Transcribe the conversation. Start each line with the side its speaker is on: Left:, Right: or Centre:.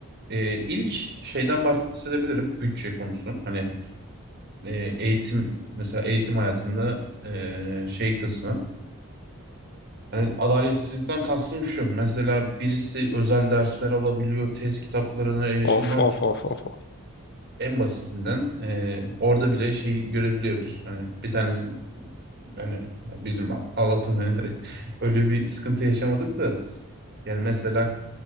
Right: E, ilk şeyden bahsedebilirim. Bütçe konusu. Hani e, eğitim mesela eğitim hayatında e, şey kısmı. Hani adaletsizlikten kastım şu. Mesela birisi özel dersler alabiliyor. Test kitaplarına erişim
Left: Of
Right: var
Left: of
Right: ki.
Left: of of of.
Right: En basitinden eee, orada bile şeyi görebiliyoruz. Hani bir tanesi hani bizim Allah'tan hani <laughs> öyle bir sıkıntı yaşamadık da yani mesela